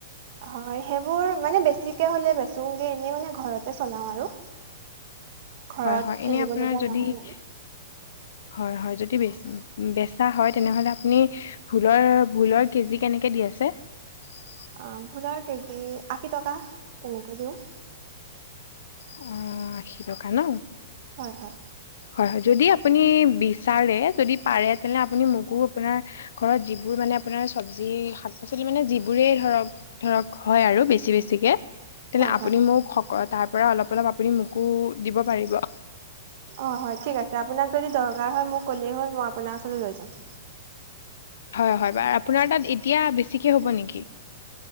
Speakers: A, on the right; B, on the left.
A: হয়', সেইবোৰ মানে বেছি বেছিকৈ হ'লে, বেচুঙে এনেই মানে ঘৰতে চলাওঁ আৰু ঘৰত
B: হয়', - হয়',
A: কিনিবলগীয়া
B: এনে আপোনাৰ যদি
A: নহয়
B: হয়',
A: মানে।
B: - হয়', যদি বে বেচা হয় তেনেহলে আপুনি ভোলৰ ভোলৰ কেজি কেনেকে দি আছে? <unintelligible>
A: অ', ভোলৰ কেজি, আশী টকা, তেনেকৈ দিওঁ
B: উমম', আশী টকা ন?
A: অ', -অ',
B: হয়', - হয়', যদি আপুনি বিচাৰে, যদি পাৰে তেনেহ'লে আপুনি মোকো আপোনাৰ ঘৰত যিবোৰ মানে আপোনাৰ চব্জি শাক-পাচলি মানে যিবোৰে ধৰক ধৰক হয় আৰু বেছি বেছিকে তেনে
A: হয়
B: আপুনি
A: হয়।
B: মোক সক', -তাৰ পৰা অলপ অলপ আপুনি মোকো দিব পাৰিব?
A: অ', হয়', ঠিক, আছে, আপোনাক যদি দৰক দৰকাৰ হয় মোক ক'লেই হ'ল মই আপোনাৰ ওচৰলৈ লৈ যাম।
B: হয়', - হয়', বাৰু আপোনাৰ তাত এতিয়া বেছিকে হ'ব নেকি?